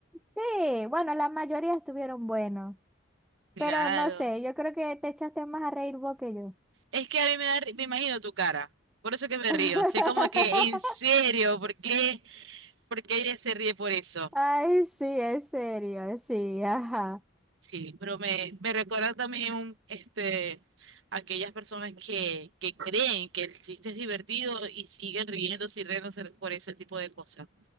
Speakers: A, in the centre; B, on the right.
A: Sí, bueno, la mayoría estuvieron buenos,
B: Claro.
A: pero no sé, yo creo que te echaste más a reír vos que yo.
B: Es que a mí me da, ri- me imagino tu cara, por eso que me
A: <laughs>
B: río. Sé como que, en serio, ¿por qué? ¿Por qué ella se ríe por eso?
A: Ay, sí, en serio, sí, ajá.
B: Sí, pero me, me recuerda también un, este, aquellas personas que, que creen que el chiste es divertido y siguen riéndose y riéndose por ese tipo de cosas.